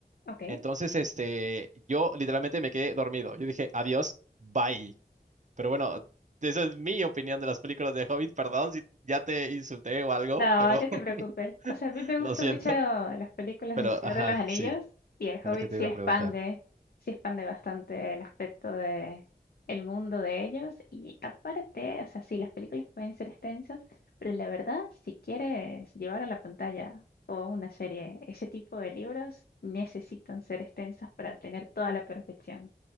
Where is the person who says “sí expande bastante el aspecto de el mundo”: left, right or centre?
Left